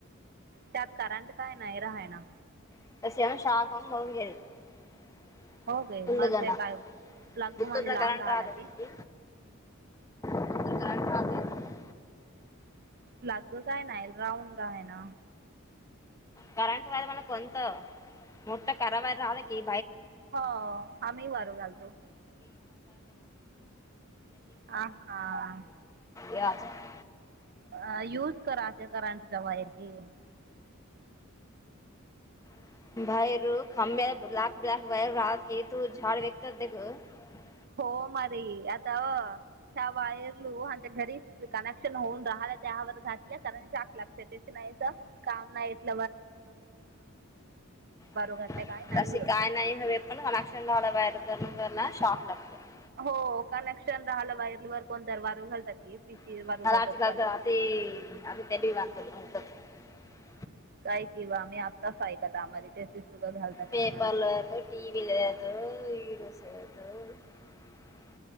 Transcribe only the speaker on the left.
<unintelligible>
फुल्ल
जण
गुत्तूरला
करंट
राहते नाही
की गुत्तूर करंट राहते
करंट वार मला कोत मुठा करावाारर रले की
<inaudible> <inaudible>
<inaudible>
<inaudible>
<inaudible>
पेपरलतो टीव्हीलतो <inaudible>